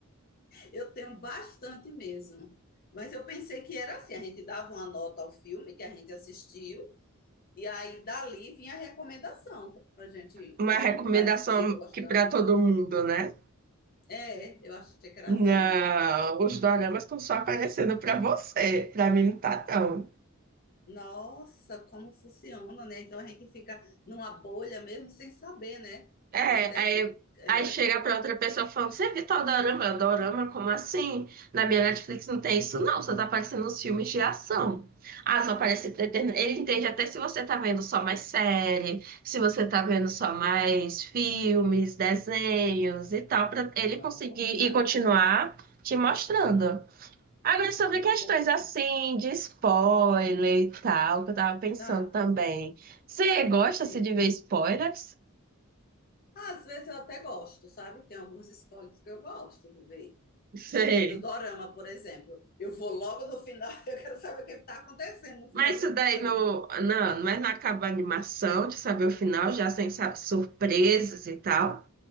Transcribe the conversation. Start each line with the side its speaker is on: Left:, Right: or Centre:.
Left: Eu tenho bastante mesmo. Mas eu pensei que era assim, a gente dava uma nota ao filme que a gente assistiu, E aí dali vinha a recomendação pra gente
Right: Uma
Left: Um
Right: recomendação
Left: parecido, gostando.
Right: que para todo mundo, né?
Left: É, eu achei que era assim.
Right: Não, os doramas estão só aparecendo para você. Para mim não tá, não.
Left: Nossa, como funciona, né? Então a gente fica numa bolha mesmo sem saber, né?
Right: É,
Left: E até
Right: aí,
Left: fica. É.
Right: aí chega pra outra pessoa falando, você viu tal dorama? Eu, Dorama? Como assim? Na minha Netflix não tem isso, não. Só tá aparecendo os filmes de ação. Ah, só aparece determin- Ele entende até se você tá vendo só mais série, se você tá vendo só mais filmes, desenhos e tal, pra ele
Left: Nossa,
Right: conseguir e continuar te mostrando. Agora, sobre
Left: que
Right: questões
Left: coisa.
Right: assim, de spoiler e tal, que eu tava pensando
Left: Tá,
Right: também. Você gosta assim,
Left: sim.
Right: de ver spoilers?
Left: Às vezes eu até gosto, sabe? Tem alguns spoilers que eu gosto de ver.
Right: Sei.
Left: De- Do dorama, por exemplo. Eu vou logo no final, <laughs> eu quero saber o que está acontecendo no final
Right: Mas
Left: desse
Right: isso daí
Left: dorama.
Right: não, não, mas não acaba a animação de saber o final, já sem saber surpresas e tal.